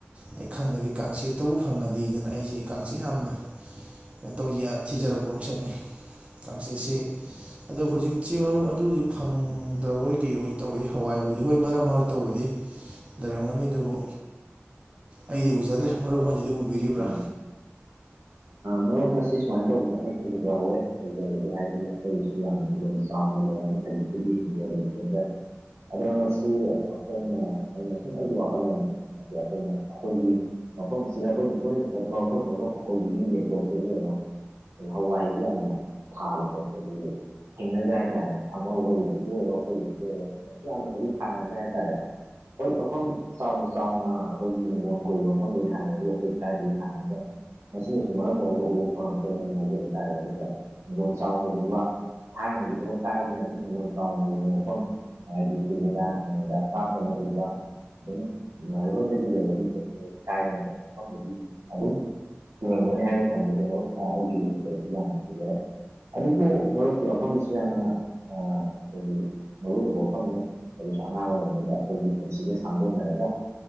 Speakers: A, on the right (about 30°); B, on the right (about 85°).
A: ꯑꯩ ꯈꯪꯗꯒꯦ ꯀꯥꯡꯆꯦꯠꯇꯕꯨ ꯐꯪꯉꯗꯤꯗꯅ ꯑꯩꯁꯦ ꯀꯥꯡꯆꯦ ꯌꯥꯝꯅ ꯀꯩꯅꯣ ꯇꯧ ꯊꯤꯖꯔꯛꯄ ꯃꯤꯁꯛꯅꯤ ꯀꯥꯡꯆꯤꯁꯤ ꯑꯗꯣ ꯍꯧꯖꯤꯛꯁꯤ ꯃꯔꯨꯞ ꯑꯗꯨꯗꯤ ꯐꯪꯗ꯭ꯔꯕꯣꯏ ꯀꯩ ꯑꯣꯏ ꯇꯧꯋꯤ ꯍꯋꯥꯏꯕꯨꯗꯤ ꯍꯣꯏ ꯃꯔꯛ ꯃꯔꯛ꯫ ꯇꯧꯕꯗꯤ ꯂꯩꯔꯝꯒꯅꯤ ꯑꯗꯨꯕꯨ ꯑꯩꯗꯤ ꯎꯖꯗ꯭ꯔꯦ ꯃꯔꯨꯞ ꯑꯩꯈꯣꯏꯗꯗꯤ ꯎꯕꯤꯔꯤꯕ꯭ꯔꯥ
B: ꯎꯝ ꯃꯔꯨꯞ ꯁꯤ ꯁꯨꯃꯥꯏꯅ ꯇꯧꯕꯅꯦ ꯑꯩ ꯎꯖꯍꯧꯋꯦ ꯎꯖꯕꯗꯤ ꯍꯥꯏꯗꯤ ꯑꯩꯈꯣꯏꯗꯁꯨ ꯌꯥꯝꯅ ꯍꯤꯡꯒꯣꯜ ꯆꯥꯎꯅ ꯂꯩꯔꯝꯃꯦ ꯍꯧꯖꯤꯛꯄꯨꯗꯤ ꯍꯤꯡꯒꯣꯜ ꯂꯩꯖꯗ꯭ꯔꯦ ꯑꯗꯣ ꯃꯁꯤ ꯑꯩꯈꯣꯏꯅ ꯑꯩꯅ ꯁꯨꯝ ꯑꯩꯒꯤ ꯋꯥꯈꯜꯂꯣꯟꯗ ꯑꯩꯈꯣꯏꯅ ꯑꯩꯈꯣꯏꯒꯤ ꯃꯐꯝꯁꯤꯗ ꯑꯩꯈꯣꯏꯅ ꯇꯣꯏꯅ ꯊꯣꯛꯄ ꯃꯐꯝ ꯑꯣꯏꯔꯣ ꯑꯩꯈꯣꯏꯒꯤ ꯌꯨꯝꯒꯤ ꯑꯀꯣꯏꯕꯁꯨ ꯑꯣ ꯍꯋꯥꯏꯁꯨ ꯌꯥꯝꯅ ꯊꯥꯕ ꯈꯣꯠꯄꯒꯤ ꯊꯦꯡꯅꯗ꯭ꯔꯦ ꯍꯥꯏꯇꯥꯔꯦꯅꯦ ꯑꯃꯈꯣꯏꯒꯤꯗꯁꯨ ꯑꯣꯏꯔꯣ ꯑꯩꯈꯣꯏꯒꯤꯗꯁꯨ ꯑꯣꯏꯔꯣ ꯃꯁꯤ ꯌꯥꯝꯅ ꯀꯖꯤꯛ ꯊꯥꯅꯗ꯭ꯔꯦ ꯍꯥꯏꯇꯥꯔꯦ ꯍꯣꯏ ꯃꯐꯝ ꯆꯥꯎꯅ ꯆꯥꯎꯅ ꯑꯩꯈꯣꯏꯒꯤ ꯍꯤꯡꯒꯣꯣꯟ ꯀꯣꯏꯔꯤꯕ ꯃꯐꯝꯗꯗꯤ ꯊꯥꯅꯩ ꯑꯗꯨꯒ ꯑꯩꯈꯣꯏ ꯀꯥꯏꯗꯒꯤ ꯊꯥꯅꯒ ꯃꯁꯤꯅꯁꯨ ꯃꯔꯝ ꯑꯣꯏꯔꯒ ꯎꯕ ꯐꯪꯉꯛꯇꯕꯅꯤ ꯍꯥꯏꯖꯕ ꯇꯥꯔꯦ ꯑꯗꯨꯒ ꯍꯤꯡꯒꯣꯜ ꯆꯥꯎꯅ ꯎꯕ ꯊꯥꯏꯅꯒꯤꯗꯣ ꯀꯥꯏꯗꯅ ꯑꯗꯨ ꯍꯤꯡꯒꯣꯜ ꯆꯥꯎꯅꯂꯩꯕ ꯃꯐꯝ ꯍꯥꯏꯗꯤ ꯁꯤꯗꯨ <unintelligible> ꯇꯥꯞꯗꯅ ꯎꯕ ꯑꯗꯨꯝ ꯃꯩꯔꯣꯟꯗꯒꯤ ꯂꯩꯔꯛꯂꯤ <unintelligible> ꯀꯥꯏꯗꯅ ꯃꯐꯝꯗꯒꯤ ꯑꯗꯨꯝ ꯄꯨꯔꯝꯒꯅꯤ ꯍꯥꯏꯗꯅ ꯊꯝꯕꯗ ꯃꯔ ꯑꯩꯁꯨ ꯎꯕꯗꯗꯤ ꯌꯥꯝꯅ ꯄꯨꯖꯔꯦ ꯑꯗꯨꯕꯨ ꯃꯔꯨꯞꯀꯤ ꯋꯥꯐꯝꯗꯨꯁꯨ ꯌꯥꯝꯅ ꯍꯥꯏꯈꯣꯏꯒꯤ ꯃꯔꯨ ꯑꯣꯏꯕ ꯋꯥꯐꯝꯅꯤ ꯑꯗꯨꯁꯨ ꯑꯉꯥꯡ ꯑꯣꯏꯔꯤꯉꯩꯗ ꯑꯩꯈꯣꯏꯒꯤ ꯄꯨꯟꯁꯤꯒ ꯁꯥꯡꯒꯣꯟꯅꯔꯒ